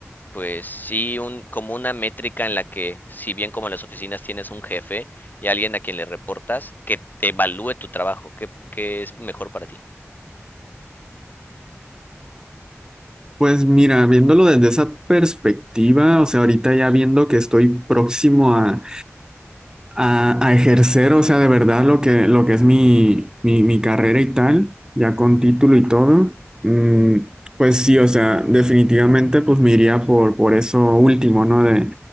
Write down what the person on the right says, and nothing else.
Pues mira, viéndolo desde esa perspectiva, o sea, ahorita ya viendo que estoy próximo a a, a ejercer, o sea, de verdad lo que, lo que es mi, mi, mi carrera y tal, ya con título y todo, mm, pues sí, o sea, definitivamente pues me iría por, por eso último, ¿no? De,